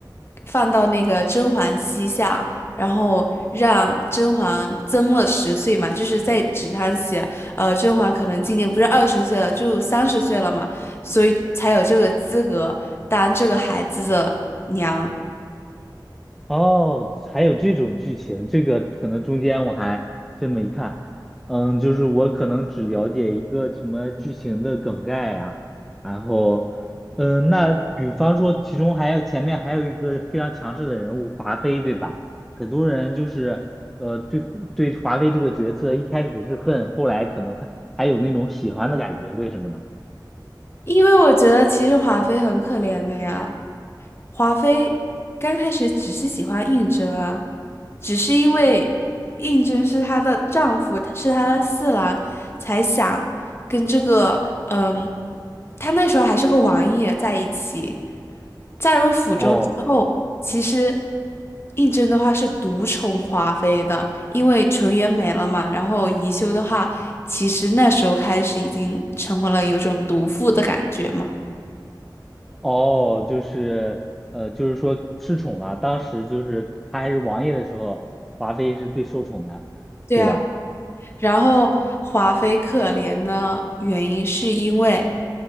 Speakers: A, on the left; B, in the centre.
A: 放到那个甄嬛膝下，然后让甄嬛增了十岁嘛，就是在纸上写，呃，甄嬛可能今年不是二十岁了，就三十岁了嘛，所以才有这个资格当这个孩子的娘。
B: 哦，还有这种剧情，这个可能中间我还真没看。嗯，就是我可能只了解一个什么剧情的梗概呀、然后，嗯，那比方说，其中还有前面还有一个非常强势的人物华妃，对吧？很多人就是呃对对华妃这个角色一开始是恨，后来可能还还有那种喜欢的感觉，为什么呢？
A: 因为我觉得其实华妃很可怜的呀。华妃刚开始只是喜欢胤禛啊，只是因为胤禛是她的丈夫，是她的四郎，才想跟这个嗯，她那时候还是个王爷在一起。嫁入府中之后，
B: 哦。
A: 其实胤禛的话是独宠华妃的，因为纯元没了嘛。然后宜修的话，其实那时候开始已经成为了有种毒妇的感觉嘛。
B: 哦，就是呃，就是说失宠了。当时就是他还是王爷的时候，华妃是最受宠的，
A: 对啊。
B: 对吧？
A: 然后华妃可怜的原因是因为